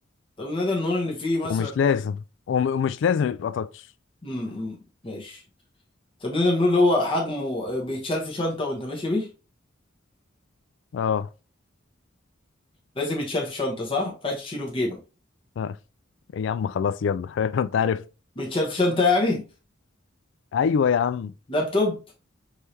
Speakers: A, on the left; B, on the left.
A: طب نقدر نقول ان في مثلا
B: ومش لازم وم- ومش لازم يبقى تاتش
A: امم ماشي طب نقدر نقول هو حجمه آه، بيتشال في شنطه وانت ماشي بيه
B: اه
A: لازم يتشال في شنطه صح ما ينفعش تشيله في جيبك
B: آه، يا عم خلاص يلا <laughs> انت عارف
A: بيتشال في شنطه يعني
B: ايوه يا عم
A: لابتوب